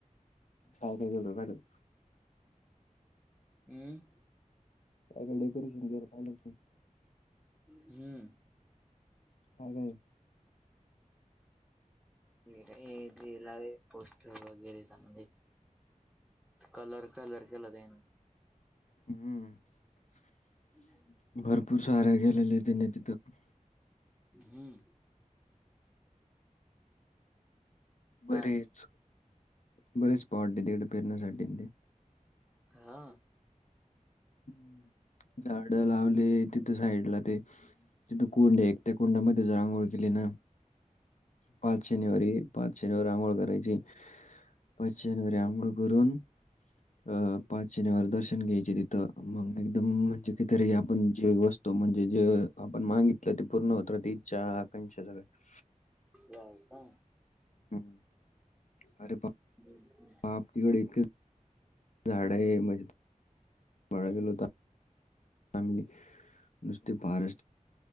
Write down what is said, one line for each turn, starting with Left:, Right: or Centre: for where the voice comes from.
Left: साव का गेलो <unintelligible>
Centre: हम्म.
Left: काय काय डेकोरेशन <unintelligible> पाहिल.
Centre: हम्म.
Left: <inaudible> काय काय?
Centre: <unintelligible> त्याला वय पोस्टर वगैरे जामले. कलर कलर केला जा ना.
Left: हम्म. <inaudible>
Centre: <unintelligible>
Left: भरपूर सारे गेलेले तिने तिथं.
Centre: हम्म.
Left: बरेच,
Centre: आणि
Left: बरेच स्पॉट तिकडे फिरण्यासाठी ते.
Centre: हा.
Left: ह, झाड लावले तिथं साईड ला ते तिथ कोंडे एकते. कोंडामध्ये ज्या रांगोळ केली ना, पाच शनिवारी. पाच शनिवारी आंघोळ करायची. पाच शनिवारी आंगुळ करून, अ पाच शनिवारी दर्शन घ्यायचे तिथं. मग एकदम म्हणजे काहीतरी आपण जे वस्तू म्हणजे जे आपण मागितलं ते पूर्ण होत तीच्या आकाांक्षा <unintelligible>
Centre: व्हय का?
Left: हम्म. अरे प
Centre: <unintelligible>
Left: आपल कडे एक झाडे आहे म्ह <unintelligible> काही नव्हता. हम् नुसते पार <unintelligible>